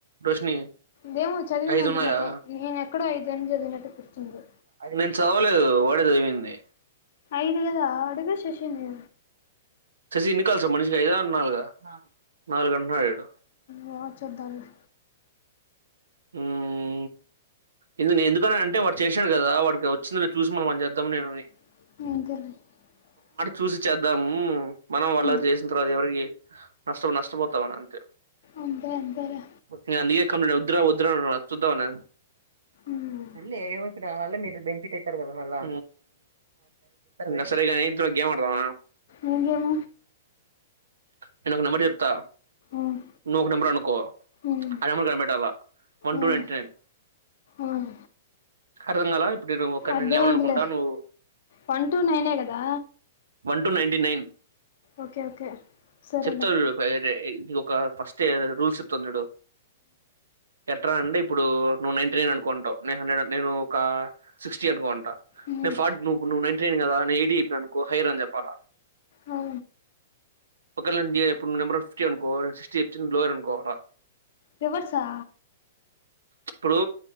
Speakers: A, on the right; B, on the left.
A: రోషిని
B: దేమో చదివిందట్ల
A: ఐదున్నాయా
B: నాక్ ఐ నే క్కడో ఐ దని చదివినట్టు గుర్తుంది
A: నేను చదవలేదు వాడే చదివింది
B: ఐదుగాదా అడుగు శే శిని
A: ఎన్ని కాల్స్ మనిషికి ఐదా అర్ నాలుగా నాలుగంటున్నాడు ఇడు
B: వ చూద్దాం లే
A: హ్మ్ ఎందు ఎందుకని అంటే వాడు చేసిండు కదా వాడికి వచ్చింది చూసి మనం చేద్దాం నేనుండి
B: <unintelligible>
A: చూసి చేద్దాము మనం వాళ్ళకి
B: ఉమ్
A: చేసిన తర్వాత ఎవరికి నష్టం నష్టపోతావ అంత
B: అంతే అంతేలే
A: నేను అందుకే వద్దురా వద్దురా అన్నాడు అది చూద్దామన్న
B: ఉమ్
A: సరే ఏమవుతునా మళ్ళ మీరు బెనిఫిట్ అయితారు కదా మళ్ళా ఊ సరేగాని కూడా గేమ్ ఆడదామా
B: ఏం గేమ్
A: నేను ఒక నంబర్ చెప్తా
B: ఉమ్
A: నువ్ ఒక నంబర్ అనుకో
B: ఉమ్
A: ఆ నెంబర్ కనిపెట్టు అలా one
B: um
A: two ninety nine
B: ఉమ్
A: అర్థం కాలా ఇప్పుడు ఒకరి
B: అర్థమైందిలే
A: నేను లెవెన్ అనుకుంటా నువ్వు
B: వన్ టు నైనే కదా
A: one two ninety nine
B: okay okay సరేలే
A: చెప్తా చూడు <unintelligible> ఒక ఫస్ట్ రూల్స్ చెప్తా చూడు ఎట్రా అంటే ఇప్పుడు నువ్వు నైన్టీ న అనుకుంటావు నైన్ హండ్రెడ్ నేను ఒక సిక్స్టీ అనుకోంట
B: ఉమ్
A: నేను ఫార్టీ నుప్పుడు ను నైన్టీ నైన్ కదా నేను ఎయి చెప్పనుకో హైయర్ అని చెప్పాల
B: ఆ
A: ఒక నెబర్ ఫిఫ్టీ అనుకో న సిక్స్టీ చెప్పి లోయర్ అనుకోవాల
B: రివర్స్ ఆ
A: ఇప్పుడు